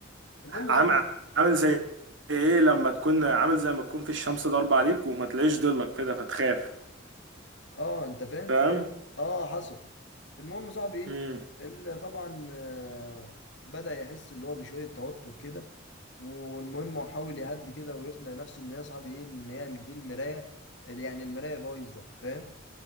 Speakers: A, on the left; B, on the right.
A: المهم صاحبي
B: عام عامل زي ايه لما تكون عامل زي ما تكون في الشمس ضاربة عليك وما تلاقيش ضلك كده فتخاف
A: اه انت فاهم
B: فاهم
A: اه حصل المهم صاحبي
B: امم
A: ايه اللي طبعا آه، بدأ يحس اللي هو بشوية توتر كده والمهم هو حاول يهدي كده ويقنع نفسه ان هي صاحبي ايه ان هي دي المراية اللي يعني المراية بايظة فاهم